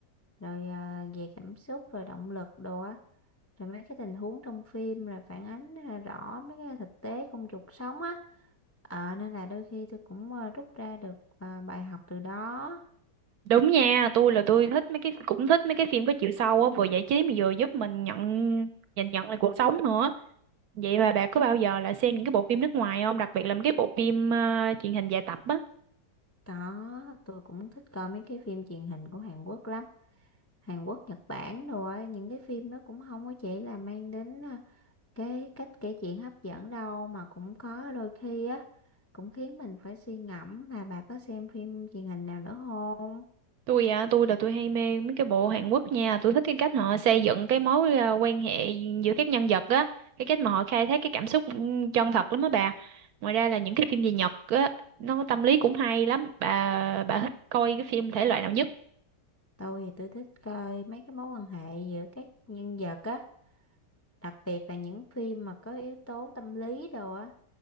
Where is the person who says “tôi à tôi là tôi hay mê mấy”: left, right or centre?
Right